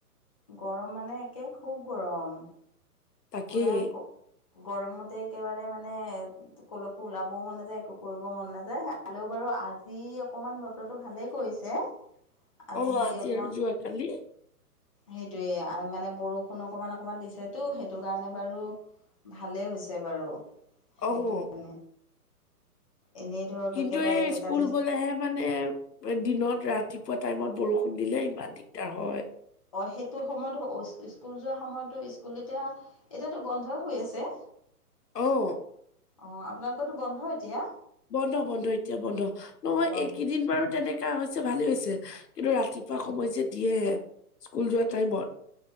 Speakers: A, on the left; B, on the left.
A: গৰম মানে একে খুব গৰম।
B: তাকেই
A: পোৰা আকৌ গৰমতে একেবাৰে মানে কলৈকো ওলাবও মন নাযায় একো কৰিব মন নাযায়, হ'লেও বাৰু আজি অকমান বতৰ বতৰটো ভালেই কৰিছে আজি
B: অ',
A: অকমান।
B: আৰু যোৱাকালি
A: সেইটোৱে মানে বৰষুণ অকমান-অকমান দিছেতো সেই সেইটো কাৰণে বাৰু ভালেই হৈছে বাৰু সেইটো
B: অ',
A: কাৰণে এনেই ধৰক
B: কিন্তু
A: একেবাৰে
B: এই
A: একেটা
B: স্কুল
A: দিন
B: গ'লেহে মানে দিনত ৰাতিপুৱা টাইমত বৰষুণ দিলে ইমান দিগদাৰ হয়।
A: অ' সেইটো সময়ত স্কুল যোৱাৰ সময়তো স্কুল এতিয়া এতিয়াটো বন্ধ হৈ আছে।
B: অ',
A: অ আপোনালোকৰতো বন্ধ এতিয়া।
B: বন্ধ বন্ধ এতিয়া বন্ধ নহয়
A: বন্ধ
B: এইকেইদিন বাৰু তেনেক কা হৈছে ভালেই হৈছে কিন্তু ৰাতিপুৱা সময় যে দিয়ে স্কুল যোৱা টাইমত।